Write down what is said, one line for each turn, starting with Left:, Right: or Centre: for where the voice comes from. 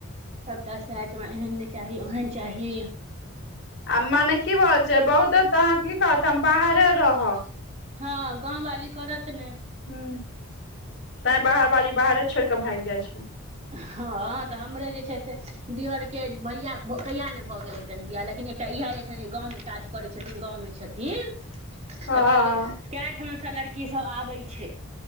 Right: सभटा सैह छै, हमरा एहन नहि चाही, ओहेन चाही।
Left: आ मने की भ जेबऽ, बहुते त अहां की कहत हम बाहरे रहब।
Right: हँ, गाँम वाली करत नै?
Left: ह्म्म, तैंय बाहर बाली बाहरे छोइड़ कऽ भागि जाइ छै।
Right: हँ तऽ हमरे जे छै से दीऑर के जे भैया-भ कहिया ने भऽ गेल होतैन बियाह लेकिन ए तऽ इहैय जे छैं जे गाँवमे काज करै छथिन, गाँव में छथिन
Left: हँ
Right: तऽ कतेक कैए ठमा सॅ लड़की सब आबै छै,